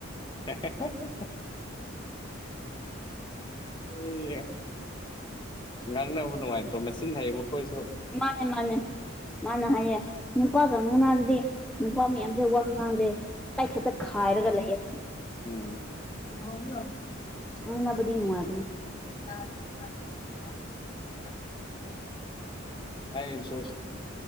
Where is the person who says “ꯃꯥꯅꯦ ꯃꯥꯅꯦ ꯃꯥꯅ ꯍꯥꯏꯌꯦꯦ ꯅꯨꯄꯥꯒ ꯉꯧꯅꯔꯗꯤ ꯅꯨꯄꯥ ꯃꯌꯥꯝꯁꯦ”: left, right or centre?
Centre